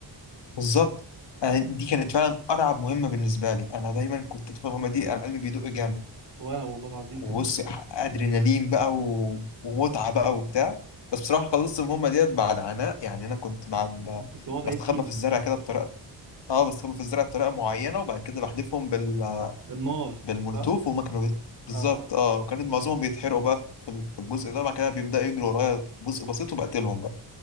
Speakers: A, on the left; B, on the right.
A: بالظبط أنا دي كانت فعلا أرعب مهمة بالنسبة لي أنا دايما كنت أدخل المهمة دي أنا قلبي بيدق جامد
B: وأنا والله العظيم
A: وبص
B: كان بس
A: ادرينالين بقى و- ومتعه بقى وبتاع بس بصراحه خلصت المهمه ديت بعد عناء يعني انا كنت مع ب-
B: أنا كنت بقعد
A: بستخبى
B: أعيد فيها
A: في الزرع كده بطريقه اه بستخبى في الزرع بطريقه معينه وبعد كده بحدفهم بال...
B: النار
A: بالمولوتوف
B: صح؟
A: وهم كانوا بي- بالظبط
B: اه
A: اه وكان معظمهم بيتحرقوا بقى في ال- في الجزء ده بعد كده بيبداوا يجروا ورايا جزء بسيط وبقتلهم بقى